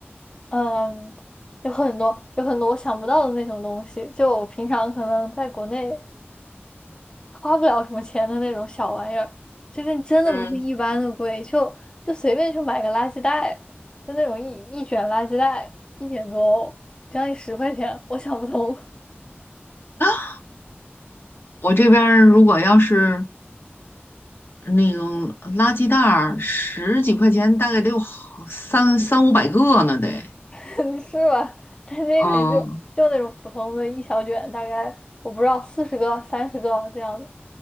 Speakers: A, on the left; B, on the left.
A: 嗯，有很多有很多我想不到的那种东西，就我平常可能在国内花不了什么钱的那种小玩意儿，这边真的不是一般的贵，
B: 嗯，
A: 就就随便去买个垃圾袋，就那种一一卷垃圾袋一点多欧将近十块钱，我想不通，
B: <sucks teeth> 我这边儿如果要是那种垃圾袋儿，十几块钱，大概得有好三三五百个呢，得。
A: <laughs> 是吧？<laughs> 但这边就就那种普通的一小卷，
B: 嗯，
A: 大概我不知道四十个、三十个这样的，